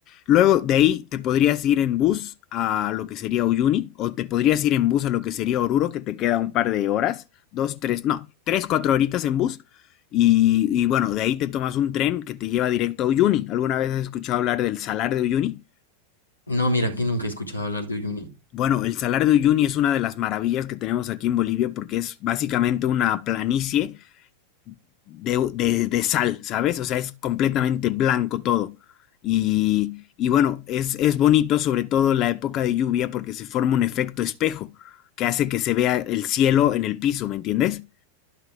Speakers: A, on the left; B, on the left.
A: Luego de ahí te podrías ir en bus a lo que sería Uyuni o te podrías ir en bus a lo que sería Oruro, que te queda un par de horas, dos, tres, no, tres, cuatro horitas en bus. Y, y bueno, de ahí te tomas un tren que te lleva directo a Uyuni. ¿Alguna vez has escuchado hablar del Salar de Uyuni?
B: No, mira que nunca he escuchado hablar de Uyuni.
A: Bueno, el Salar de Uyuni es una de las maravillas que tenemos aquí en Bolivia porque es básicamente una planicie de, de- de sal, ¿sabes? O sea, es completamente blanco todo. Y, y bueno, es, es bonito sobre todo en la época de lluvia porque se forma un efecto espejo que hace que se vea el cielo en el piso, ¿me entiendes?